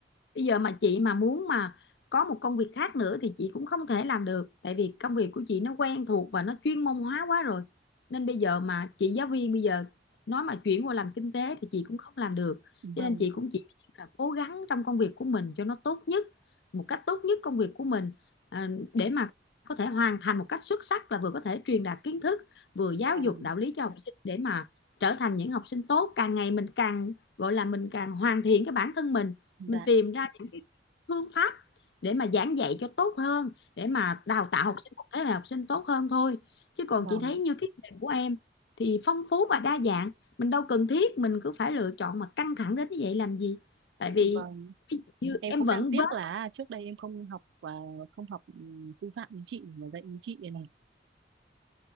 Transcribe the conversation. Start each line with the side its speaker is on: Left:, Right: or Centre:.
Left: bây giờ mà chị mà muốn mà có một công việc khác nữa thì chị cũng không thể làm được tại vì công việc của chị nó quen thuộc và nó chuyên môn hóa quá rồi nên bây giờ mà chị giáo viên bây giờ nói mà chuyển qua làm kinh tế thì chị cũng không làm được
Right: vâng
Left: cho nên chị cũng chỉ là cố gắng trong công việc của mình cho nó tốt nhất một cách tốt nhất công việc của mình à, để mà có thể hoàn thành một cách xuất sắc là vừa có thể truyền đạt kiến thức vừa giáo
Right: vâng
Left: dục đạo lý cho học sinh để mà trở thành những học sinh tốt càng ngày mình càng gọi là mình càng hoàn thiện cái bản thân mình
Right: dạ
Left: mình tìm ra những cái phương pháp để mà giảng dạy cho tốt hơn để mà đào tạo học sinh một thế hệ học sinh tốt hơn thôi chứ còn
Right: Vâng,
Left: chị thấy như cái nghề của em thì phong phú và đa dạng mình đâu cần thiết mình cứ phải lựa chọn mà căng thẳng đến như vậy làm gì tại vì
Right: vâng.
Left: ví dụ như
Right: Em
Left: em
Right: cũng
Left: vẫn
Right: đang tiếc
Left: vớt
Right: là à, trước đây em không học và không học ừ, sư phạm với chị mà dạy với chị này. này.